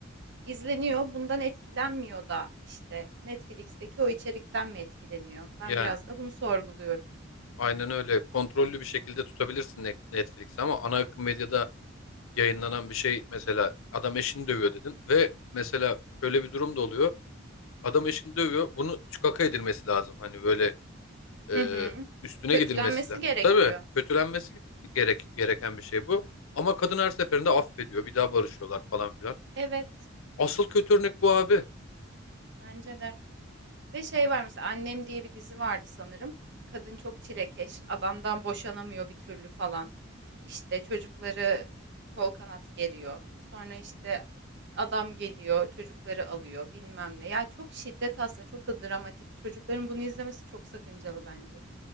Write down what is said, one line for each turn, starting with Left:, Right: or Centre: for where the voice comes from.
Right: İzleniyor, Bundan etkilenmiyor da işte Netflix'teki o içerikten mi etkileniyor? Ben
Left: Yani
Right: biraz da bunu sorguluyorum.
Left: aynen öyle. Kontrollü bir şekilde tutabilirsin Net- Netflix'i ama ana akım medyada yayınlanan bir şey mesela adam eşini dövüyor dedin ve mesela şöyle bir durum da oluyor. Adam eşini dövüyor. Bunu çıkaka edilmesi lazım. Hani böyle e,
Right: Hı hı.
Left: üstüne
Right: Kötülenmesi
Left: gidilmesi lazım.
Right: gerekiyor.
Left: Tabii kötülenmesi gerek gereken bir şey bu. Ama kadın her seferinde affediyor. Bir daha barışıyorlar falan filan.
Right: Evet,
Left: Asıl kötü örnek bu abi.
Right: bence de. Ve şey var mesela Annem diye bir dizi vardı sanırım. Kadın çok çilekeş, adamdan boşanamıyor bir türlü falan. İşte çocukları kol kanat geriyor. Sonra işte adam geliyor, çocukları alıyor, bilmem ne. Ya çok şiddet aslında, çok da dramatik. Çocukların bunu izlemesi çok sakıncalı bence.